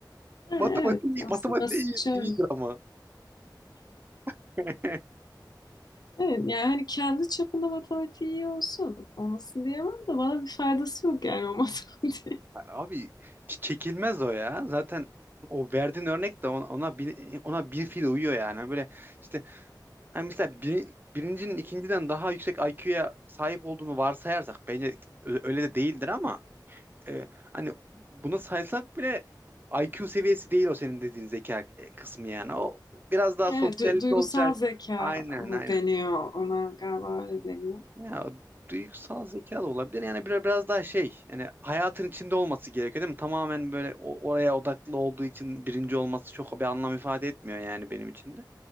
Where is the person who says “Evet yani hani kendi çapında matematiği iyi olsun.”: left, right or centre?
Left